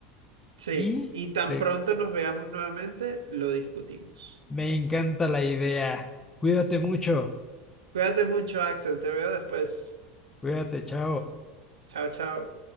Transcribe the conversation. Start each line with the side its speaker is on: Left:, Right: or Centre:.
Right: sí.
Left: Y
Right: Y tan
Left: te-
Right: pronto nos veamos nuevamente, lo discutimos.
Left: me encanta la idea. Cuídate mucho.
Right: Cuídate mucho, Axel. Te veo después.
Left: Cuídate, chao.
Right: Chao, chao.